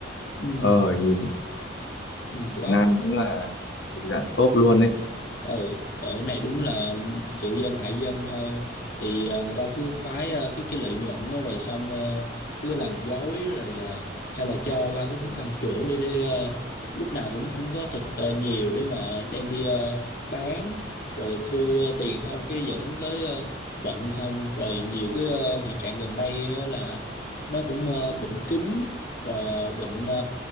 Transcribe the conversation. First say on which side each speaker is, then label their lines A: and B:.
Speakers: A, on the left; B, on the left.
A: ừ,
B: ờ nhìn
A: ừ,
B: Việt
A: có
B: Nam cũng là thuộc dạng top luôn ấy
A: ừ trời, cái này đúng là tự dân hại dân thôi thì ờ, người ta cứ khoái ờ, cái cái lợi nhuận đó, rồi xong ờ, cứ làm dối rồi ờ, hay là cho ba cái thuốc tăng trưởng để để ờ, lúc nào cũng cũng có thịt ờ, nhiều để mà đem đi ờ, bán rồi thu ờ, tiền không cái dẫn tới ờ, bệnh không rồi nhiều cái ờ, hiện trạng gần đây á là nó cũng ờ, bệnh cúm rồi ờ, bệnh ờ,